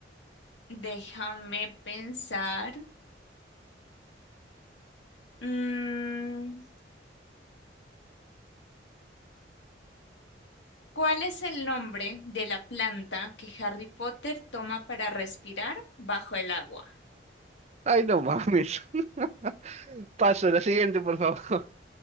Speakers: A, on the left; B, on the right.
A: déjame pensar. Mm, ¿cuál es el nombre de la planta que Harry Potter toma para respirar bajo el agua?
B: Ay, no mames. <laughs> Paso, la siguiente, por favor. <laughs>